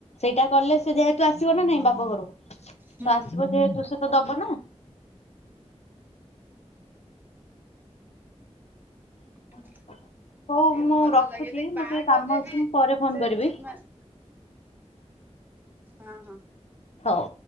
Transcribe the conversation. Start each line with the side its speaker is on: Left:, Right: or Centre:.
Left: ସେଇଟା କଲେ ସେ ଯେହେତୁ ଆସିବ ନା ନାଇଁ ବାପ ଘରକୁ। ତ
Right: ହୁଁ
Left: ଆସିବ ଯେହେତୁ ସେ ତ ଦବନ <unintelligible>
Right: ହୁଁ।
Left: ହଉ
Right: ଏ
Left: ମୁଁ
Right: ଭଲ
Left: ରଖୁଛି
Right: ଲାଗେ ଦେଖ
Left: ମୋର
Right: ବାହାଘରରେ
Left: ଟିକେ କାମ ଅଛି
Right: ବି
Left: ମୁଁ ପରେ ଫୋନ
Right: ସେ
Left: କରିବି।
Right: ମାନେ ହଁ ହଁ।
Left: ହଉ।